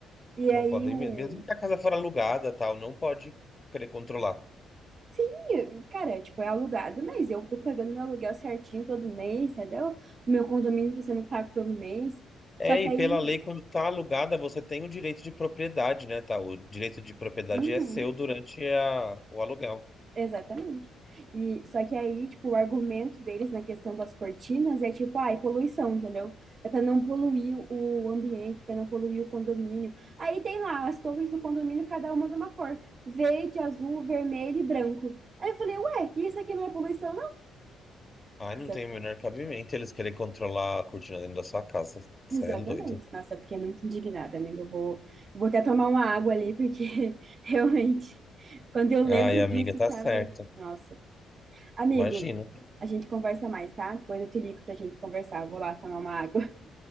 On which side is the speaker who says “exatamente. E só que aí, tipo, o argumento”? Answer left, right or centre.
Right